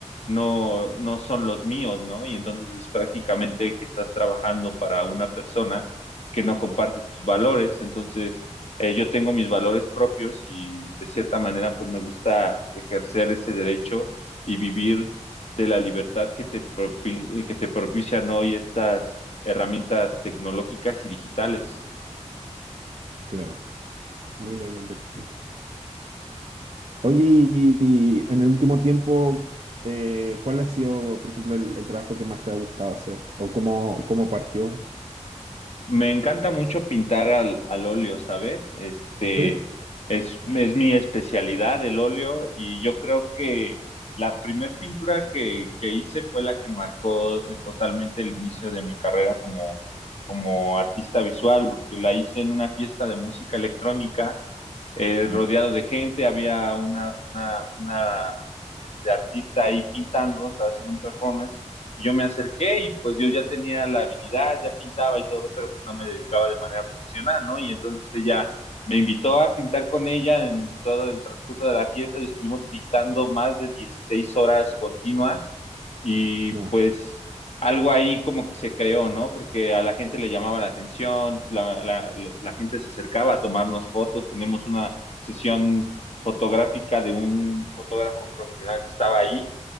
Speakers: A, on the left; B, on the right.
A: no, no son los míos, ¿no? Y entonces es prácticamente que estás trabajando para una persona que no comparte tus valores. Entonces, eh, yo tengo mis valores propios y de cierta manera, pues me gusta ejercer ese derecho y vivir de la libertad que te, propi- que te propician hoy estas herramientas tecnológicas y digitales.
B: claro. Mira, qué interesante. Oye, y, y en el último tiempo, eh, ¿cuál ha sido, por ejemplo, el, el trabajo que más te ha gustado hacer? ¿O cómo, cómo partió?
A: Me encanta mucho pintar al, al óleo, ¿sabes? Este
B: ¿En serio?
A: es, es mi especialidad, el óleo, y yo creo que la primer pintura que, que hice fue la que marcó eh, totalmente el inicio de mi carrera como, como artista visual, porque la hice en una fiesta de música electrónica eh,
B: Ya.
A: rodeado de gente, había una, una, una este, artista ahí pintando, estaba haciendo un performance, y yo me acerqué y pues yo ya tenía la habilidad, ya pintaba y todo, pero pues no me dedicaba de manera profesional, ¿no? Y entonces ella me invitó a pintar con ella en todo el transcurso de la fiesta y estuvimos pintando más de 16 horas continuas y
B: No.
A: algo ahí como que se creó, ¿no? Porque a la gente le llamaba la atención, la, la, la- la gente se acercaba a tomarnos fotos, tenemos una sesión fotográfica de un fotógrafo profesional que estaba ahí,